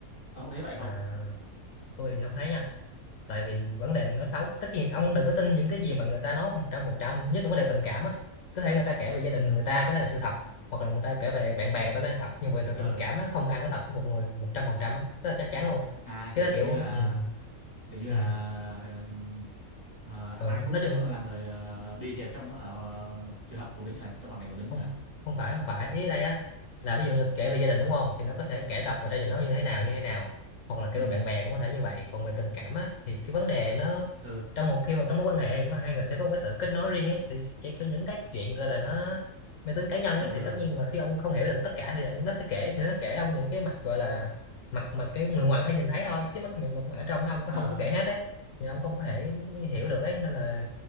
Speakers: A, on the right (about 15°); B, on the left (about 65°).
A: ông có thấy vậy
B: à
A: không
B: tôi không thấy nha tại vì vấn đề nó xấu tất nhiên ông đừng có tin những cái gì mà người ta nói một trăm phần trăm nhất là vấn đề tình cảm á có thể người ta kể về gia đình người ta có thể là sự thật hoặc là người ta kể về bạn bè người ta có thể là thật nhưng về tình
A: ờ
B: tình cảm á không có ai nói thật với một người một trăm phần trăm á rất là chắc chắn luôn
A: à
B: cái
A: kiểu
B: đó
A: kiểu
B: kiểu
A: như là
B: ừ,
A: kiểu như
B: ừ.
A: là ờ,
B: Rồi,
A: ai cũng
B: nói chung
A: là người ờ, bị thiệt trong ờ, trường hợp của mình hả trong hoàn cảnh của mình hả
B: không không phải không phải ý ở đây á là ví dụ như kể về gia đình đúng không thì nó có thể kể thật mà gia đình nó như thế nào như thế nào hoặc là kể
A: ừ
B: về bạn bè cũng có thể như vậy còn về tình cảm á thì cái vấn đề nó
A: ừ
B: trong một khi một trong mối quan hệ thì nó hai người sẽ có một cái sự kết nối riêng ấy sẽ, sẽ có những cái chuyện gọi là nó mang tính cá nhân ấy
A: ờ
B: thì tất nhiên mà khi ông không hiểu được tất cả thì nó sẽ kể thì nó kể ông những cái mặt gọi là mặt mặt cái người ngoài có thể nhìn thấy thôi chứ mất những mặt mà ở trong nó ông có
A: à,
B: không có kể hết ấy thì ông không có thể hiểu được ấy nên là